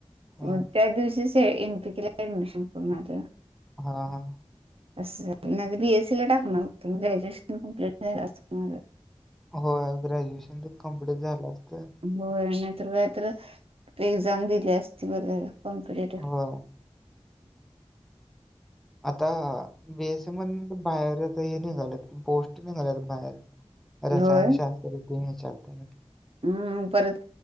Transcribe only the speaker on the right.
म त्या दिवशीच एनपीकीला ऍडमिशन करून आलं.
असं नाहीतर बीएसीला टाकणार होतो मी ग्रॅज्युएशन कंप्लीट झालं असतं माझं.
होय नाहीतर काय तर एक्झाम दिली असती बरं झालं कॉम्पिटेटिव्ह,
होय
हम्म परत